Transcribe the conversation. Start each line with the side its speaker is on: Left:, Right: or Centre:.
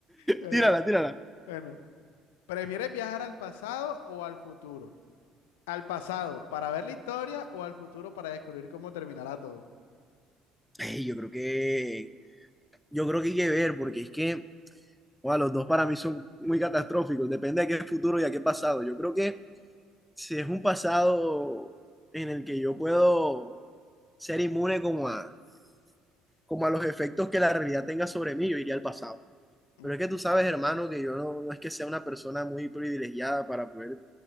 Left: Bueno,
Centre: Tírala,
Left: ahora-
Centre: tírala.
Left: bueno. ¿Prefieres viajar al pasado o al futuro? ¿Al pasado para ver la historia o al futuro para descubrir cómo terminará todo?
Centre: Ey, yo creo que, yo creo que hay que ver, porque es que Wow, los dos para mí son muy catastróficos, depende de qué futuro y a qué pasado. Yo creo que si es un pasado en el que yo puedo ser inmune como a, como a los efectos que la realidad tenga sobre mí, yo iría al pasado.
Left: Mm.
Centre: Pero es que tú sabes, hermano, que yo no, no es que sea una persona muy privilegiada para poder